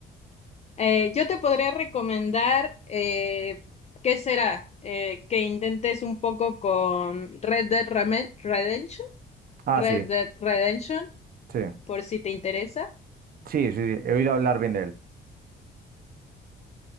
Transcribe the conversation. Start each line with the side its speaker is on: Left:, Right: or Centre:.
Left: eh, yo te podría recomendar, eh, ¿qué será? Eh, que intentes un poco con Red Dead Reme- Redemption,
Right: Ah,
Left: Red
Right: sí,
Left: Dead Redemption,
Right: sí.
Left: por si te interesa.
Right: Sí, sí, sí. He oído hablar bien de él.